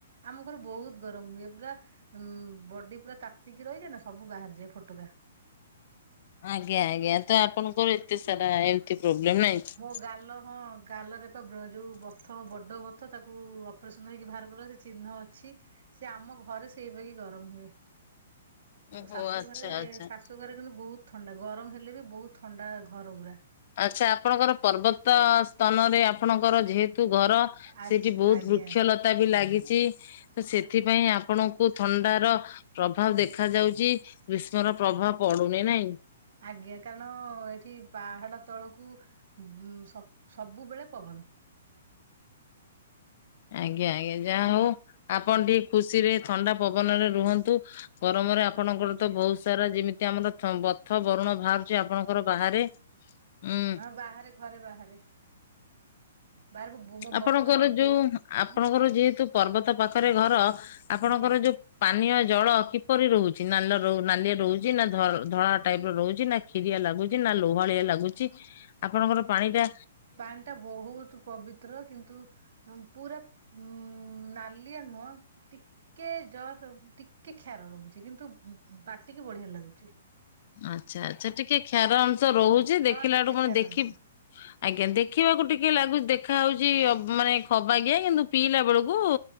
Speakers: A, on the right; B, on the left.
A: ଆମ ଘରେ ବୋହୁତ ଗରମ ହୁଏ ପୁରା ଉଁ ବଡି଼ ପୁରା ତାତିକି ରହିଯାଏ ନାଁ ସବୁ ବାହାରିଯାଏ ଫଟୋକା।
B: ଆଜ୍ଞା ଆଜ୍ଞା ତ ଆପଣଙ୍କର ଏତେ ସାରା ଏମତି ପ୍ରୋବ୍ଲେମ୍ ନାଇଁ?
A: ମୋ ଗାଲ ହଁ ଗାଲରେ ପା ବ୍ର ଯୋଉ ବଥ ବଡ଼ ବଥ ତାକୁ ଅପ୍ରେସନ ହେଇକି ଭାର କଲା ସେ ଚିହ୍ନ ଅଛି। ସେ ଆମ ଘରେ ସେଇ ବାଗି ଗରମ ହୁଏ। ଆଉ
B: ଓହୋ
A: ଶାଶୁ
B: ଆଚ୍ଛା
A: ଘରେ
B: ଆଚ୍ଛା
A: ଶାଶୁ ଘରେ କିନ୍ତୁ ବୋହୁ ଥଣ୍ଡା ଗରମ ହେଲେ ବି ବୋହୁତ ଥଣ୍ଡା ଘର ଗୁରା।
B: ଆଚ୍ଛା ଆପଣଙ୍କର ପର୍ବତ ସ୍ତନରେ ଆପଣଙ୍କର ଯେହେ ତୁ ଘର
A: ଆଚ୍ଛା
B: ସେଇଠି ବୋହୁତ
A: ଆଜ୍ଞା
B: ବୃକ୍ଷଲତା ବି ଲାଗିଚି ତ ସେଥିପାଇଁ ଆପଣ ଉ ଥଣ୍ଡାର ପ୍ରଭାବ ଦେଖା ଯାଉଚି ଗ୍ରୀଷ୍ମର ପ୍ରଭାବ ପଡୁନେଇ। ନାଇଁ?
A: ଆଜ୍ଞା କାରଣ ଏଠି ପାହାଡ଼ ତଳକୁ ଉଁ ସ ସବୁବେଳେ ପବନ।
B: ଆଜ୍ଞା ଆଜ୍ଞା ଯାହା
A: ଦିନ
B: ହଉ ଆପଣ ଟିକେ ଖୁସିରେ ଥଣ୍ଡା ପ ବନରେ ରୁହନ୍ତୁ ଗରମରେ ଆପଣଙ୍କର ତ ବହୁତ ସାରା ଯେମିତି ଆମର ଥ ବ ଥ ବରୁଣ ଭାରୁଚି ଆପଣଙ୍କର ବାହାରେ। ଉଁ
A: ହଁ ବାହାରେ ଘରେ ବାହାରେ। ବାହାରେ ମୋ ମୋ
B: ଆପଣଙ୍କର
A: ବର୍ତ୍ତମାନ ମୋ
B: ଯୋଉ
A: ବୋଉ
B: ଆପଣଙ୍କର
A: ଉଁ
B: ଯେହେତୁ ପର୍ବତ ପାଖରେ ଘର ଆପଣଙ୍କର
A: ଆଜ୍ଞା
B: ଯୋଉ ପାନୀୟ ଜଳ କିପରି ରହୁଚି ନାଲ ର ନାଲିଆ ରହୁଚି ନାଁ ଧ ଧଳା ଟାଇପ୍ ର ରହୁଚି ନାଁ କ୍ଷିରିଆ ଲାଗୁଚି ନାଁ ଆ ଲୋହାଳିଆ ଲାଗୁଚି ଆପଣଙ୍କର ପାଣିଟା
A: ପାଣ୍ ଟା ବହୁତ ପବିତ୍ର। କିନ୍ତୁ ଅଁ ପୁରା ଉଁ ନାଲିଆ ନୁହଁ ଟିକେ ଜ ହେଉ ଟିକେ କ୍ଷାର ରହୁଚି କିନ୍ତୁ ପାଟିକି ବଢ଼ିଆ ଲାଗୁଚି।
B: ଆଚ୍ଛା ଆଚ୍ଛା ଟିକେ କ୍ଷାର ଅଂଶ ରହୁଚି ଦେଖିଲାଠୁ
A: ହଁ ଟିକେ
B: ପୁଣି
A: କ୍ଷାର
B: ଦେଖି
A: ଅଂଶ
B: ଆଜ୍ଞା ଦେଖିବାକୁ ଟିକେ ଲାଗୁ ଦେଖା ହଉଚି ଅ ମାନେ ଖବାକିଆ କିନ୍ତୁ ପିଇଲା ବେଳୁକୁ